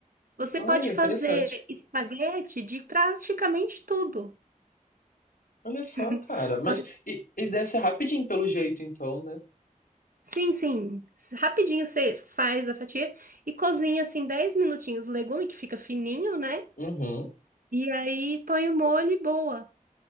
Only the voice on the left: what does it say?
Olha,
interessante.
Olha só,
cara. Mas
e, e deve ser rapidinho pelo jeito, então, né?
Uhum.